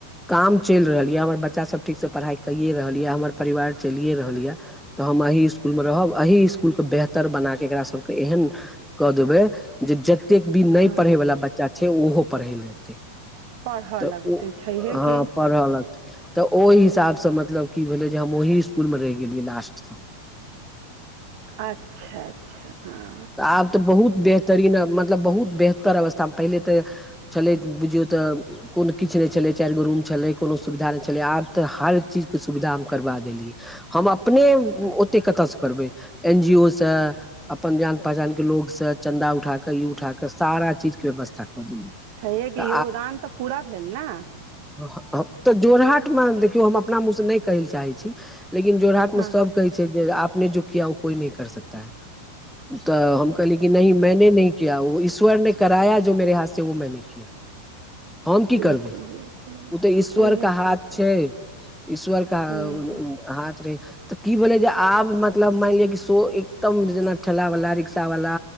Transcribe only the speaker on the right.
हँ
पढ़य
लगतै
छैहे
कि
अच्छा -अच्छा ह
अच्छा
छहिए
कि योगदान तऽ पूरा भेल नै।
हँ
बिलकुल
बिलकुल
छैहे
छैहे
ह्म्म